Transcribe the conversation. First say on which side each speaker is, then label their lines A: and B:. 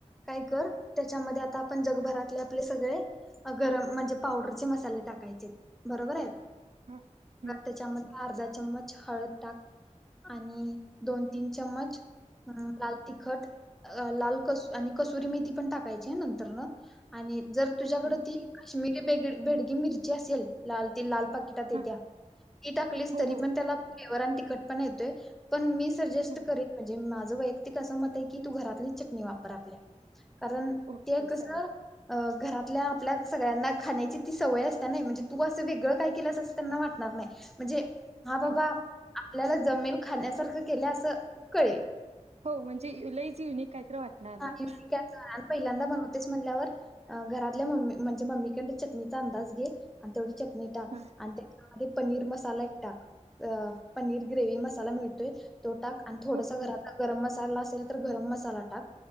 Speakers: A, in the centre; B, on the right.
A: काय कर, त्याच्यामध्ये आता आपण जगभरातले आपले सगळे अऽ गरम म्हणजे पावडरचे मसाले टाकायचेत. बरोबर आहे.
B: हम हम्म
A: त्याच्यामध्ये अर्धा चमच हळद टाक आणि दोन तीन चम्मच लाल तिखट लाल कस आणि कसुरी मेथी पण टाकायची नंतर न. आणि जर तुझ्याकडे
B: ओके
A: ती काश्मीर बे बेडगी मिरची असेल. लाल त लाल. पाकिट येत्या
B: हां
A: ती टाकली
B: हो
A: तरी
B: हो
A: पण त्याला फ्लेवर आणि तिकखट पण येतेय. पण मी सजेस्ट
B: हां
A: करेन म्हणजे माझ वैयक्तिक अस मते की, घरातली चटणी वापर आपल्या. कारण
B: ओके
A: ते कसं
B: चालेल
A: अ घरातल्या आपल्या सगळ्यांना खाण्याची ती सवय असता नाही म्हणजे तू असं वेगळं काय केलंस असं त्यांना वाटणार नाही म्हणजे हा बाबा.
B: हां
A: आपल्याला जमेल खाण्यासारखं केलं असं कळेल.
B: हो म्हणजे लाईच युनिक काहीतरी वाटणार नाही.
A: आणि मी काय कर, आणि पहिल्यांदा बनवतेस म्हणल्यावर घारातल्या मम्मी म्हणजे मम्मीक डण चटनीचा अंदाज घे आणि तेवढी चट नि टाक
B: हां
A: आणि ते आधी पनीर मसाला टाक. अ पनीर ग्रेवी मसाला मिळतोय. तो टाक आणि थोडासा
B: ओके
A: घरात गरम म मला असेल तर गरम मसाला टाक.